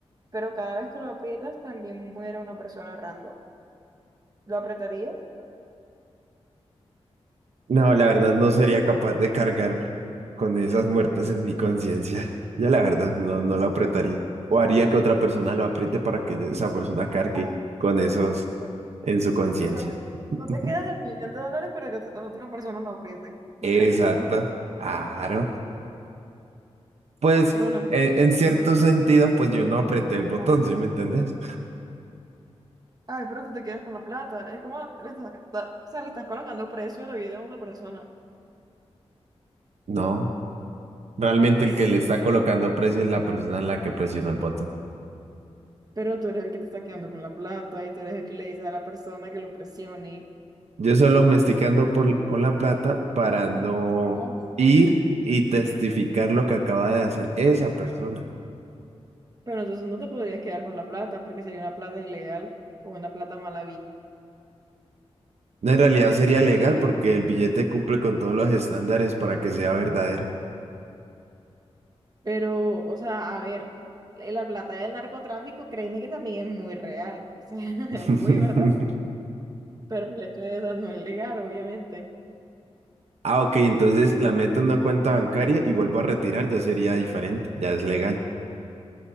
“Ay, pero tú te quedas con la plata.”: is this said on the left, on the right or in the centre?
Right